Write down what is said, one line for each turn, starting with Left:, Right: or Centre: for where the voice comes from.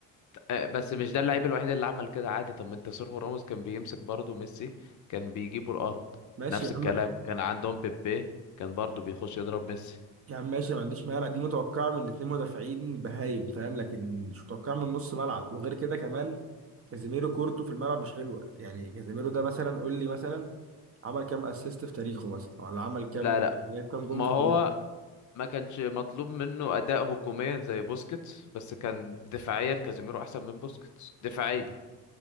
Left: آه، بس مش ده اللعيب الوحيد اللي عمل كده عادي طب ما انت سيرخيو راموس كان بيمسك برضه ميسي كان بيجيبوا الارض
Right: ماشي
Left: نفس
Right: يا
Left: الكلام
Right: عم
Left: كان عندهم بيبي كان برضه بيخش يضرب ميسي
Right: يا عم ماشي ما عنديش مانع دي متوقعة من الاتنين مدافعين بهايم فاهم لكن مش متوقعة من نص ملعب وغير كده كمان كازيميرو كورته في الملعب مش حلوة يعني كازيميرو ده مثلا قول لي مثلا عمل كام اسيست في تاريخه مثلا ولا عمل كام
Left: لا لا
Right: جاب كام جون
Left: ما
Right: في
Left: هو
Right: تاريخه
Left: ما كانش مطلوب منه اداء هجوميا زي بوسكيتس بس كان دفاعيا كازيميرو احسن من بوسكيتس دفاعيا